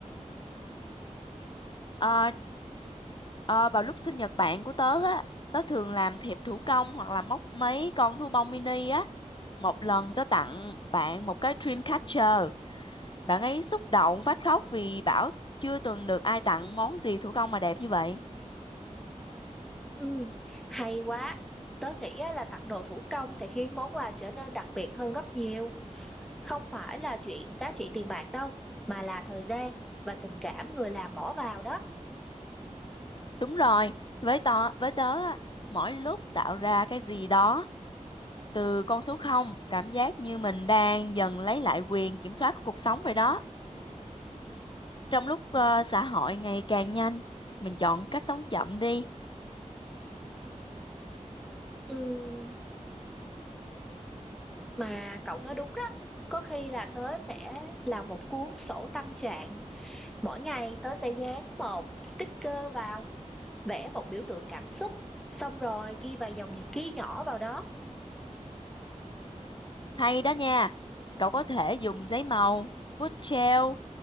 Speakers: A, on the left; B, in the centre.
A: Ờ, ờ, vào lúc sinh nhật bạn của tớ á tớ thường làm thiệp thủ công hoặc là móc mấy con thú bông mini á một lần tớ tặng bạn một cái dream catcher Bạn ấy xúc động phát khóc vì bảo chưa từng được ai tặng món gì thủ công mà đẹp như vậy.
B: Ừ, hay quá. Tớ nghĩ á, là tặng đồ thủ công sẽ khiến món quà trở nên đặc biệt hơn rất nhiều. Không phải là chuyện giá trị tiền bạc đâu, mà là thời gian và tình cảm người làm bỏ vào đó.
A: Đúng rồi, với tớ, với tớ, á, mỗi lúc tạo ra cái gì đó từ con số không cảm giác như mình đang dần lấy lại quyền kiểm soát của cuộc sống vậy đó. Trong lúc ờ, xã hội ngày càng nhanh, mình chọn cách sống chậm đi.
B: Ừ, mà cậu nói đúng đó. Có khi là tớ sẽ làm một cuốn sổ tâm trạng Mỗi ngày tớ sẽ dán một sticker vào, vẽ một biểu tượng cảm xúc, xong rồi ghi vài dòng nhật ký nhỏ vào đó.
A: Hay đó nha, cậu có thể dùng giấy màu, bút gel,